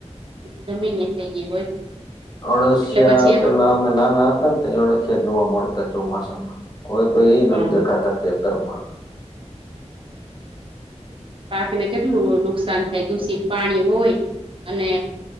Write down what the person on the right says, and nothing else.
જમીની થઈ ગઈ હોય.
એટલે પછી એમાં
હા
હા
પાકને કેટલું નુકસાન થાય, દૂષિત પાણી હોય અને